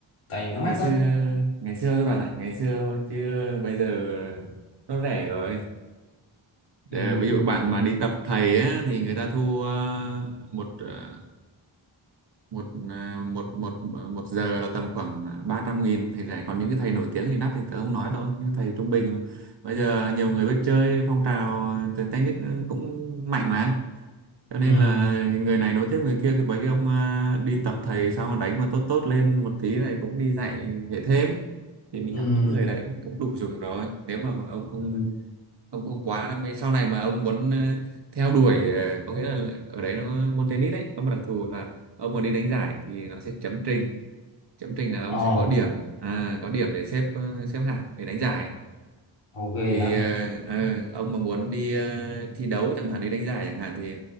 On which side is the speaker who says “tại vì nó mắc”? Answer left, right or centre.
Left